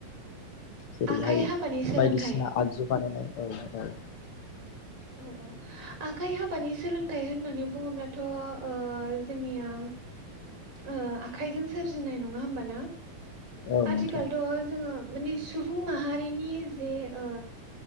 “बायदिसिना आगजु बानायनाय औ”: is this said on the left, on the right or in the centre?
Left